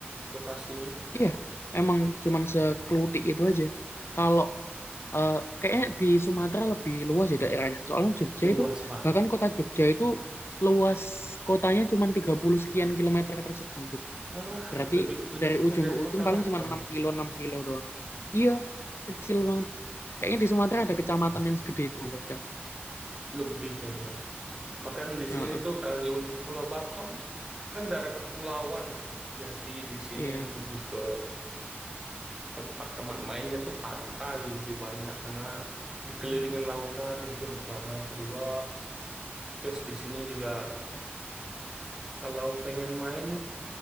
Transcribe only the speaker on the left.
Iya, emang cuman seklutik itu aja. Kalau eh, kayaknya di Sumatera lebih luas ya daerahnya. Soalnya Jogja
itu,
bahkan kota Jogja itu luas kotanya cuman 30 sekian kilometer persegi. gitu.
Berarti
dari
ujung
ke ujung
paling
cuma 6 kilo, 6 kilo doang. Iya, kecil banget. Kayaknya di Sumatera ada kecamatan yang segede itu bahkan.
Heeh,
iya.
Hmm,